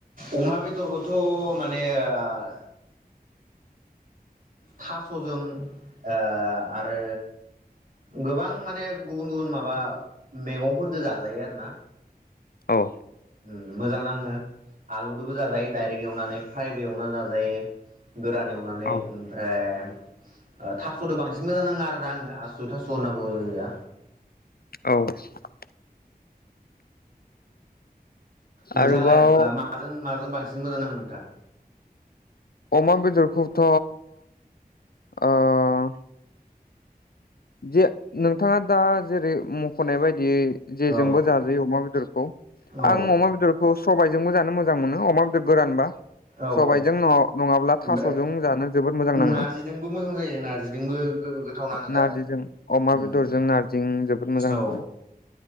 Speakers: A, on the right; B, on the left.
A: अमा बेदरखौथ माने ओ थासजों ओ आरो गोबां माने गुबुन गुबुन माबा मैगंफोरजों जाजायो आरो ना।
B: औ
A: उम मोजां नाङो आलुदोबो जाजायो दडाइरेक्ट एवनानै फ्राइबो एवनानै जाजायो। गोरान एवनानै
B: औ
A: ओमफ्राय ओ थासदो बांसिन मोजां नाङा आरोना आङो आसु थास होनना बुङो जोंनिजा।
B: औ <unintelligible>
A: नोंथाङालाय
B: आरोबाव
A: मा <inaudible> जों माजों बांसिन मोजां नाङो नोंथां
B: अमा बेदरखौथ' अ- जे नों थाङा दा जेरै मखनाय बायदियै जेजोंबो
A: औ
B: जाजायो अमा बेदरखौ
A: औ
B: आं अमा बेदरखौ सबाय जोंबो जानो मोजां मोनो अमा बेदर गोरानबा।
A: औ औ
B: सबायजों
A: ओमफ्राय
B: नङाब्ला थास'जों जानो जोबोद मोजां नाङो
A: नारजिदोंबो मोजां जायो नार्जिजोंबो गो-गोथाव नाङो। जानो
B: नार्जिजों अमा
A: उम
B: बेदरजों नार्जिं जोबोद मोजां
A: औ
B: नाङो।